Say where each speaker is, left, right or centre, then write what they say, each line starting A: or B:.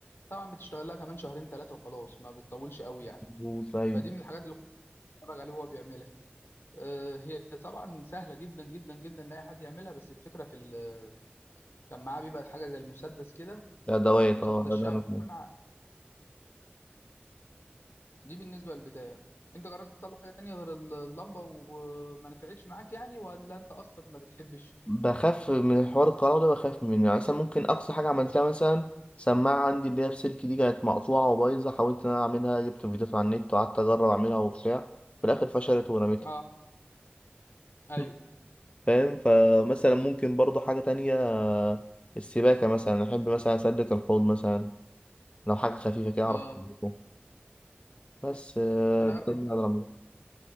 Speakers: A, on the left; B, on the left.
A: طبعا بتشتغل لها كمان شهرين ثلاثه وخلاص ما بتطولش قوي يعني
B: بوظ، أيوه
A: فدي من الحاجات اللي كنت بتفرج عليه وهو بيعملها آه، هي طبعا سهله جدا جدا جدا ان اي حد يعملها بس الفكره في ال- كان معاه بيبقى حاجه زي المسدس كده
B: ده أدوات
A: مسدس
B: أه ده
A: شمع
B: ده أنا
A: دي بالنسبه للبتاع انت جربت تطلع حاجه تانية غير اللمبه وما نفعتش معاك يعني ولا انت اصلا ما بتحبش
B: بخاف من حوار الكهرباء ده بخاف منه يعني مثلا ممكن أقصى حاجة عملتها مثلا سماعة عندي اللي هي بسلك دي كانت مقطوعة وبايظة حاولت إن أنا أعملها جبت فيديوهات على النت وقعدت أجرب أعملها وبتاع في الآخر فشلت ورميتها
A: اه ايوه
B: <laughs> فاهم فمثلا ممكن برضو حاجة تانية السباكة مثلا أحب مثلا أسلك الحوض مثلا لو حاجة خفيفة كده أعرف
A: اه
B: أسلكه بس آه،
A: انا
B: ده
A: اخر
B: اللي أقدر أعمله